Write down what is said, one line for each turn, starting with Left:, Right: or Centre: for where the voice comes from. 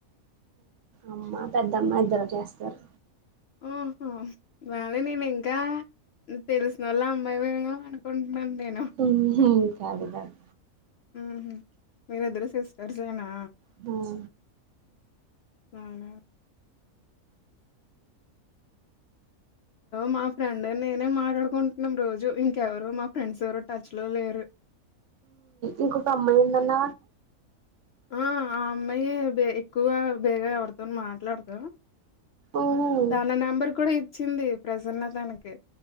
Right: అమ్మా పెద్దమ్మ ఇద్దరు చేస్తారు.
Left: ఓహో వాలీ నేను ఇంకా తెలిసినోళ్ళ అమ్మాయి వేమో అనుకుంటా. నేను
Right: ఉహు కాదు కాదు
Left: హ్మ్ హు మీరు ఇద్దరు సిస్టర్స్ ఎనా
Right: హ్మ్
Left: మన మా ఫ్రెండ్ నేనే మాట్లాడుకుంటున్నాం రోజు ఇంకెవరు మా ఫ్రెండ్స్ ఎవరు టచ్ లో లేరు
Right: ఇంకొక అమ్మాయి ఏందన్న
Left: అ అ అమ్మాయే ఎక్కువగా బేగ ఎవరితో మాట్లాడదా
Right: ఉహు
Left: తన నంబర్ కూడా ఇచ్చింది ప్రసన్న తనకి